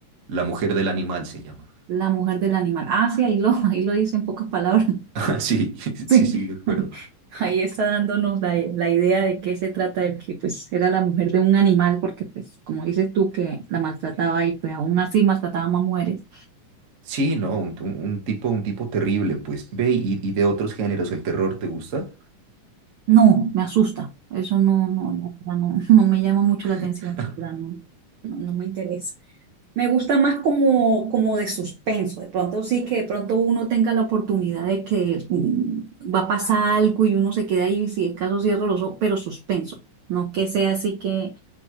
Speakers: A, on the right; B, on the right.
A: La mujer del animal se llama.
B: La mujer del animal. Ah, sí, ahí lo, <laughs> ahí lo dice en pocas palabras.
A: <laughs> Sí,
B: <laughs> Sí,
A: sí, sí, de acuerdo.
B: ahí ahí está dándonos la, la idea de qué se trata, de que pues era la mujer de un animal, porque pues como dices tú que la maltrataba y pues aún así maltrataba más mujeres.
A: Sí, no, un, un- un tipo, un tipo terrible, pues. Ve y, y de otros géneros, ¿el terror te gusta?
B: No, me asusta. Eso no, no, no, la verdad, no, <laughs> no me llama mucho
A: <laughs>
B: la atención, la verdad, no, no, no me interesa. Me gusta más como, como de suspenso. De pronto sí que de pronto uno tenga la oportunidad de que mm, va a pasar algo y uno se queda ahí, si es caso cierro los ojos, pero suspenso. No que sea así que